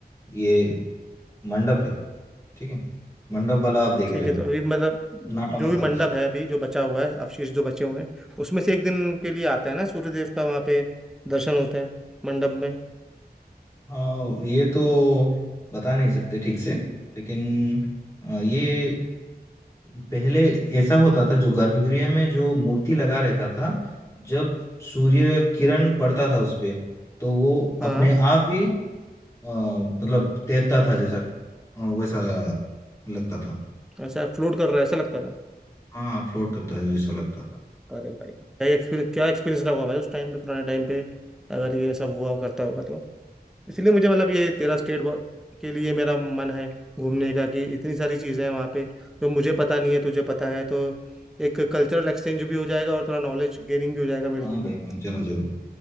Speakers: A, on the left; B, in the centre.
A: ये मंडप है ठीक है मंडप वाला आप देख
B: ठीक
A: रहे
B: है
A: हो
B: तो अभी मतलब
A: नाटा
B: जो
A: मंडप
B: भी मंडप है अभी जो बचा हुआ है अवशेष जो बचे हुए हैं उसमें से एक दिन के लिए आता है ना सूर्यदेव का वहाँ पे दर्शन होता है मंडप में
A: हाँ ये तो बता नहीं सकते ठीक से लेकिन अ, ये पहले ऐसा होता था जो गर्भगृह में जो मूर्ति लगा रहता था जब सूर्य किरण पड़ता था उस पे तो वो अपने
B: हाँ
A: आप ही अ, मतलब तैरता था जैसा अ, वैसा लगता था
B: ऐसा फ्लोट कर रहा है ऐसा लगता था
A: हाँ फ्लोट करता था जैसा लगता था
B: अरे भाई क्या एक्सपीरियंस क्या एक्सपीरियंस रहा होगा भाई उस टाइम पे पुराने टाइम पे अगर ये सब हुआ करता होगा तो इसलिए मुझे मतलब ये तेरा स्टेट के लिए मेरा मन है घूमने का कि इतनी सारी चीज़ें हैं वहाँ पे जो मुझे पता नहीं है तुझे पता है तो एक कल्चरल एक्सचेंज भी हो जाएगा और थोड़ा नॉलेज गेनिंग भी हो जाएगा मेरे
A: हाँ
B: लिए
A: भाई हाँ जरूर जरूर